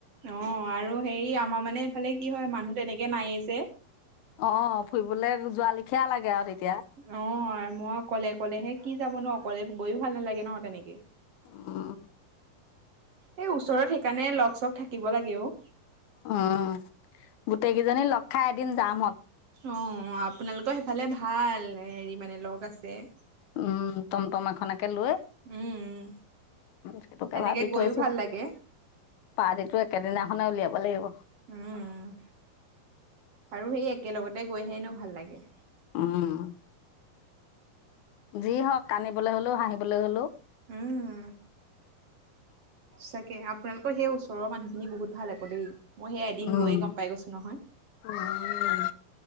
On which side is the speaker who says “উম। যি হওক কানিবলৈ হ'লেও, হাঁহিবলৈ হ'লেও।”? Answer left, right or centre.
Left